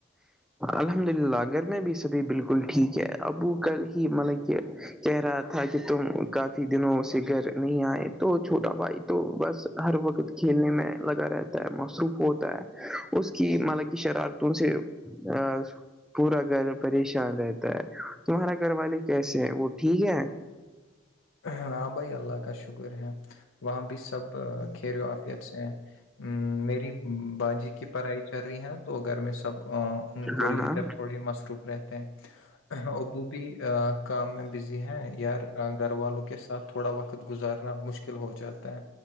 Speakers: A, in the centre; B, on the left.
A: الحمد للہ ا گھر میں بھی سبھی بالکل ٹھیک ہے ابو کل ہی مطلب کہ کہہ رہا تھا کہ تم کافی دنوں سے گھر نہیں آئے تو چھوٹا بھائی تو بس ہر وقت کھیلنے میں لگا رہتا ہے مصروف ہوتا ہے اس کی مطلب کی شرارتوں سے ا پورا گھر پریشان رہتا ہے تمہارا گھر والے کیسے ہیں وہ ٹھیک ہے
B: ہاں بھائی اللہ کا شکر ہے وہاں بھی سب فیت سے ہیں میری باجی کی پڑھائ کر رہی ہیں نا تو گھر میں سب ان کو
A: ہاں
B: لے
A: ہاں
B: کر تھوڑی مصروف رہتے ہیں ابو بھی کام میں بزی ہے یار گھر والوں کے ساتھ تھوڑا وقت گزارنا مشکل ہو جاتا ہے